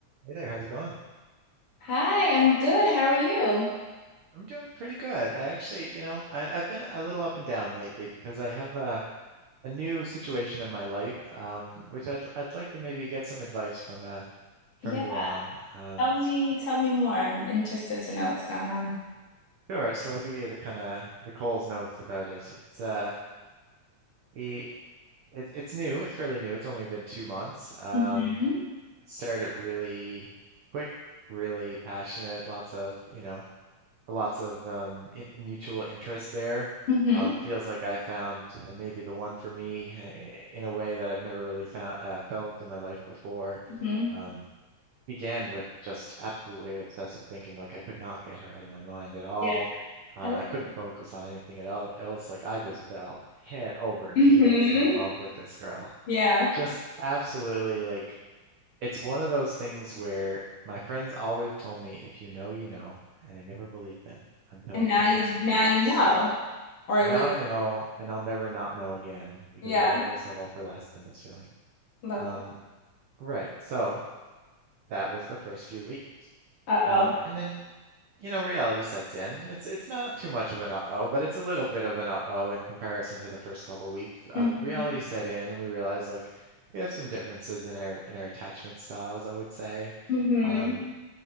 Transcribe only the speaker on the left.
Hi, I'm good. How are you?
Yeah,
tell
me, tell me more. I'm interested to know what's going on.
Mm-hmm.
hmm
hmm
Yeah.
I like
hmm
Yeah.
And now
you
now
you know. Or at
least,
yeah.
Love
that.
Uh-oh.
Mm-hmm.
Mm-hmm.